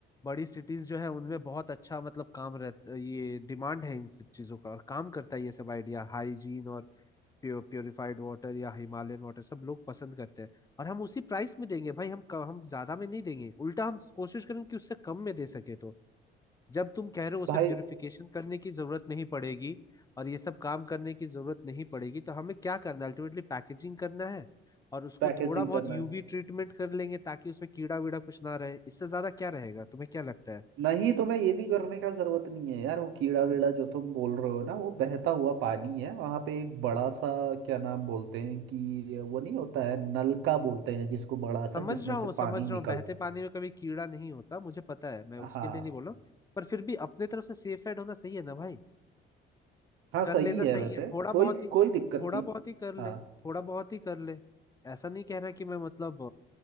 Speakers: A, on the left; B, on the right.
A: बड़ी सिटीज जो है उनमें बहुत अच्छा मतलब काम रहता ये डिमांड है इन सब चीजों का और काम करता है ये सब आइडिया हाइजीन और प्योर प्योरिफाइड वाटर या हिमालयन वाटर सब लोग पसंद करते हैं और हम उसी प्राइस में देंगे भाई हम क- हम ज्यादा में नहीं देंगे उल्टा हम कोशिश करेंगे कि उससे कम में दे सके तो जब तुम कह रहे हो उसे
B: भाई
A: प्यूरिफिकेशन करने की जरूरत नहीं पड़ेगी और ये सब काम करने की जरूरत नहीं पड़ेगी तो हमें क्या करना है अल्टीमेटली पैकेजिंग करना है और उसको
B: पैकेजिंग
A: थोड़ा बहुत
B: करना
A: यूवी
B: है
A: ट्रीटमेंट कर लेंगे ताकि उसमें कीड़ा वीड़ा कुछ ना रहे इससे ज्यादा क्या रहेगा तुम्हें क्या लगता है
B: नहीं तुम्हें ये भी करने का जरूरत नहीं है यार वो कीड़ा वीड़ा जो तुम बोल रहे हो ना वो बहता हुआ पानी है वहां पे एक बड़ा सा क्या नाम बोलते हैं कि वो नहीं होता है नलका बोलते हैं जिसको बड़ा
A: समझ
B: सा जिसमें
A: रहा हूँ
B: से
A: समझ
B: पानी
A: रहा
B: निकलता
A: हूँ बहते पानी में कभी कीड़ा नहीं होता मुझे पता है मैं उसके
B: हाँ
A: लिए नहीं बोल रहा हूँ पर फिर भी अपने तरफ से सेफ साइड होना सही है ना भाई
B: हाँ
A: कर
B: सही
A: लेना
B: है
A: सही
B: वैसे
A: है थोड़ा
B: कोई
A: बहुत ही
B: कोई दिक्कत
A: थोड़ा
B: नहीं
A: बहुत ही कर ले
B: हाँ
A: थोड़ा बहुत ही कर ले ऐसा नहीं कह रहा कि मैं मतलब